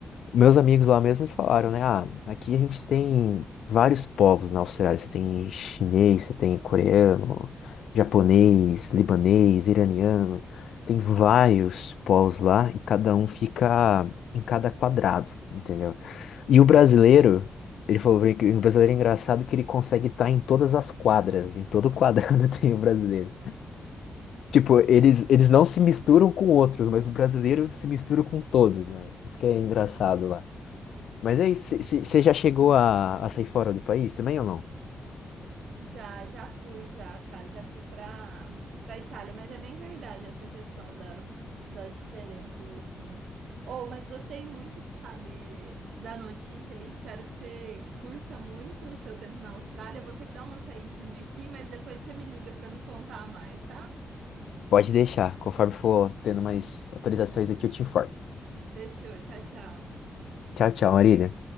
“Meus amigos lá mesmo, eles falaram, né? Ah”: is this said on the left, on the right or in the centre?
Left